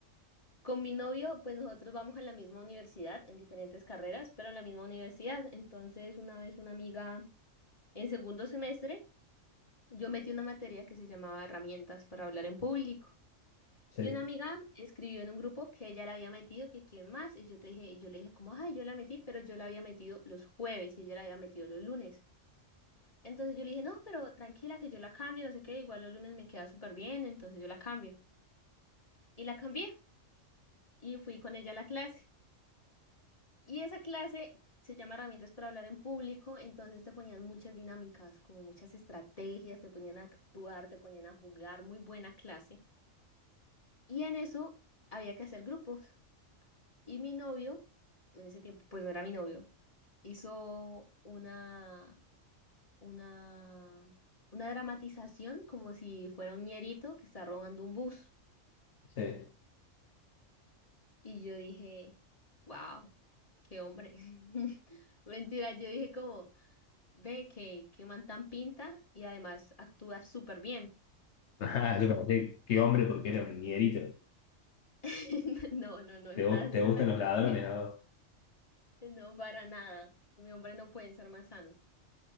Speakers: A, on the left; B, on the left.
A: Con mi novio, pues nosotros vamos a la misma universidad, en diferentes carreras, pero a la misma universidad. Entonces, una vez una amiga en segundo semestre. Yo metí una materia que se llamaba herramientas para hablar en público.
B: Sí,
A: Y una amiga escribió en un grupo que ella la había metido, que quién más. Y yo te dije, y yo le dije como, ay, yo la metí, pero yo la había metido los jueves y ella la había metido los lunes. Entonces yo le dije, no, pero tranquila que yo la cambio, no sé qué, igual los lunes me queda súper bien, entonces yo la cambio. Y la cambié y fui con ella a la clase. Y esa clase se llama herramientas para hablar en público, entonces te ponían muchas dinámicas, como muchas estrategias, te ponían a actuar, te ponían a jugar, muy buena clase. Y en eso había que hacer grupos. Y mi novio, en ese tiempo, pues no era mi novio, hizo una, una, una dramatización como si fuera un ñerito que está robando un bus.
B: sí.
A: Y yo dije, wow, qué hombre. <laughs> Mentira, yo dije como, ve que, que man tan pinta y además actúa súper bien.
B: <laughs> Ajá, yo conocí, qué hombre, porque era un ñerito.
A: <laughs> No, no, no, está
B: ¿Te, gu-
A: haciendo
B: te gustan
A: una actuación.
B: los ladrones, a vos?
A: No, para nada. Mi hombre no puede ser más sano.